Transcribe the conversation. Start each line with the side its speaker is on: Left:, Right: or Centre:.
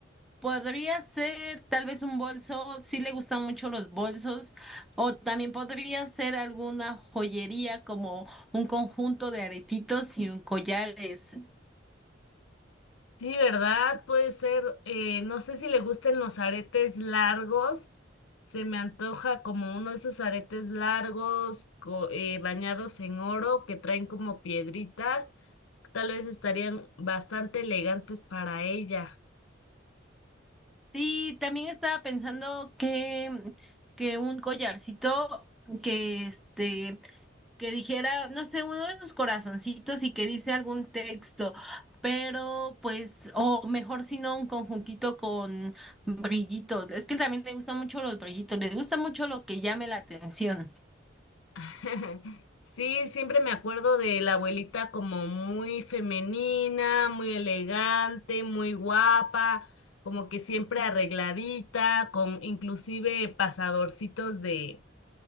Centre: Podría ser tal vez un bolso, sí le gustan mucho los bolsos, o también podría ser alguna joyería como un conjunto de aretitos y un collares.
Left: Sí, ¿verdad? Puede ser, eh, no sé si le gusten los aretes largos, se me antoja como uno de esos aretes largos co- eh, bañados en oro que traen como piedritas, tal vez estarían bastante elegantes para ella.
Centre: Sí, también estaba pensando que, que un collarcito que este, que dijera, no sé, uno de esos corazoncitos y que dice algún texto, pero pues, o mejor si no, un conjuntito con brillitos. Es que también le gustan mucho los brillitos, le gusta mucho lo que llame la atención.
Left: <laughs> Sí, siempre me acuerdo de la abuelita como muy femenina, muy elegante, muy guapa, como que siempre arregladita, con inclusive pasadorcitos de